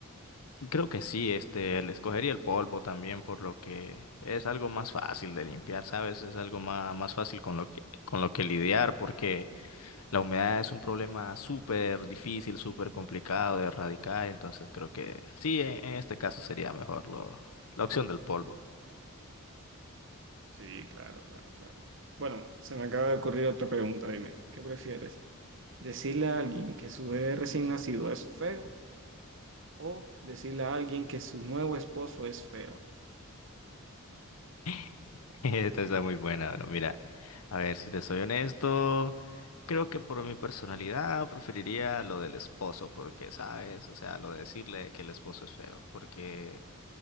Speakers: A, on the left; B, on the right.
A: creo que sí, este, le escogería el polvo también por lo que es algo más fácil de limpiar, sabes, es algo más, más fácil con lo que, con lo que lidiar porque la humedad es un problema súper difícil, súper complicado de erradicar, entonces creo que sí, en, en este caso sería mejor lo, la opción del polvo.
B: Sí, claro, claro, claro. Bueno, se me acaba de ocurrir otra pregunta, dime, ¿qué prefieres? ¿Decirle a alguien que su bebé recién nacido es feo o decirle a alguien que su nuevo esposo es feo?
A: <laughs> <laughs> Esta está muy buena, bro. Mira, a ver, si te soy honesto, creo que por mi personalidad preferiría lo del esposo, porque, ¿sabes? O sea, lo de decirle que el esposo es feo, porque